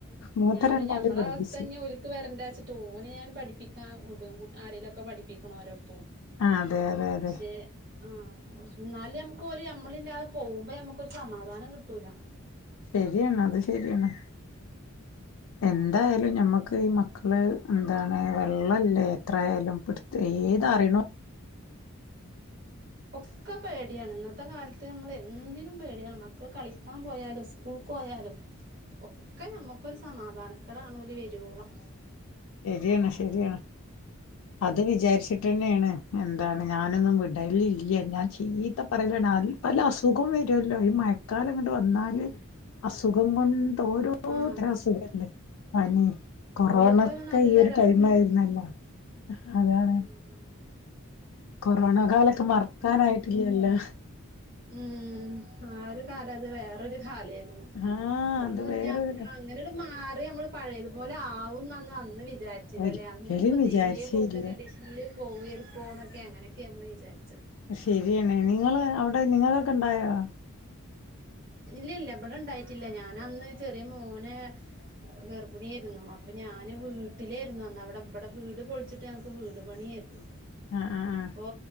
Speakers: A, on the left (about 80°); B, on the right (about 45°).
A: മൂത്ത
B: ഞാനും
A: രണ്ടാളേം
B: ഞമ്മള
A: പഠിപ്പിച്ച്
B: അവസ്ഥ തന്നെ ഓല്ക്ക് വരണ്ടവച്ചിട്ട് ഓന് ഞാൻ പഠിപ്പിക്കാ വിടും കുട്ട് ആരെലുമൊക്കെ പഠിപ്പിക്കണവരോപ്പം
A: ആ അതെ അതെ അതെ
B: പക്ഷെ ആ എന്നാല് ഞമ്മക്ക് ഓല് നമ്മളില്ലാതെ പോകുമ്പോ ഞമ്മക്കൊരു സമാധാനം കിട്ടൂല
A: ശരിയാണ് അത് ശരിയാണ് എന്തായ യാലും ഞമ്മക്ക് ഈ മക്കള് എന്താണ് വെള്ളല്ലേ എത്രായാലും പിടു- ഏത്
B: ഉം
A: അറിയണോ
B: ഒക്കെ പേടിയാണ് ഇന്നത്തെ കാലത്ത് നമ്മള് എന്തിനും പേടിയാണ് മക്കള് കളിക്കാൻ പോയാലും സ്കൂളുക്ക് പോയാലും ഒക്കെ നമുക്കൊരു സമാധാനക്കേടാണ് ഓര് വരുവോളം
A: ശരിയാണ് ശരിയാണ് അത് വിചാരിച്ചിട്ട് തന്നെയാണ് എന്താണ് ഞാനൊന്നും വിടലില്ല ഞാൻ ചീത്ത പറയലാണ് അതിൽ പല അസുഖം വരുവല്ലോ ഈ മ ഴകാലം ഇങ്ങട് വന്നാല്
B: ഉം
A: അസുഖം കൊണ്ട് ഓരോത്തരം
B: ആഹ്
A: അസുഖല്ലേ പനി കൊറോണയൊക്കെ
B: ഓല്ക്കത് നല്ല
A: ഈ ഒരു ടൈം ആയിരുന്നല്ലോ അതാണ്
B: മം മം
A: കൊറോണ കാലൊക്കെ മറക്കാനായിട്ടില്ലല്ലോ
B: മം ആ ഒരു കാലം അത് വേറൊരു കാലായിരുന്നു
A: ആഹ്
B: അതൊന്നും
A: അത് വേറൊരു
B: ഇനി അങ്ങ് അങ്ങനെയോ- മാറി ഞമ്മള് പഴയതുപോലെ ആവുന്നന്ന് അന്ന് വിചാരിച്ചില്ലല്ലേ
A: ഒരിക്കലും
B: അന്ന് ഇനിപ്പൊ ഇതേപോലത്തെ
A: വിചാരിച്ചീല്ല
B: കണ്ടീഷനില് പോവരെ പൊണവൊക്കെ അങ്ങനെയൊക്കെ നമ്മൾ വിചാരി
A: ശെരിയണേ നിങ്ങള് അവിടെ നിങ്ങൾക്ക് ഉണ്ടായോ
B: ഇല്ല ഇല്ല ഇവിടെ ഇണ്ടായിട്ടില്ല ഞാൻ അന്ന് ചെറിയ മോനെ ഗർഭിണിയായിരുന്നു അപ്പൊ ഞാന് വീട്ടിലായിരുന്നു അന്ന് അവിടെ ഇവിടെ വീട് പൊളിച്ചിട്ട് ഞങ്ങക്ക് വീട് പണിയായിരുന്നു
A: ആഹ് ആഹ്
B: അപ്പൊ